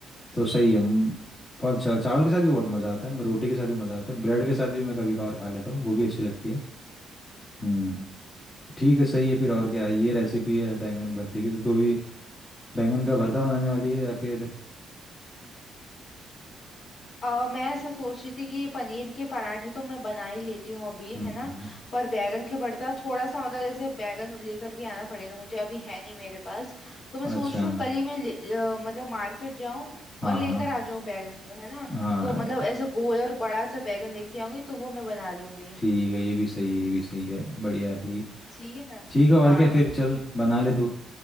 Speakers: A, on the left; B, on the left.
A: तो सही है म, बहुत अच्छा चावल के साथ भी बहुत मज़ा आता है मैं रोटी के साथ भी मज़ा आता है ब्रेड के साथ भी मैं कभी कभार खा लेता हूँ वो भी अच्छी लगती है हम्म तो ठीक है सही है फिर और क्या है? ये रेसिपी है बैंगन भरते की तो तू अभी बैंगन का भरता बनाने वाली है या फिर
B: अ मैं ऐसा सोच रही थी कि पनीर के पराठे तो मैं बना ही लेती हूँ अभी
A: हम्म
B: है ना पर बैगन के भरता थोड़ा सा मतलब जैसे बैगन लेकर भी आना पड़ेगा मुझे अभी है नहीं मेरे पास तो मैं
A: अच्छा
B: सोच रही हूँ कल ही मैं ले- अ, मतलब मार्केट जाऊँ
A: हाँ
B: और लेकर
A: हाँ
B: आ जाऊँ बैगन को है ना
A: हाँ,
B: तो मतलब ऐसे गोल और बड़ा सा बैगन लेके आऊंगी तो वो मैं बना लूंगी
A: ठीक है ये भी सही है ये भी सही है बढ़िया है ये
B: ठीक है ना
A: ठीक है और
B: हाँ
A: क्या फिर चल बना ले तू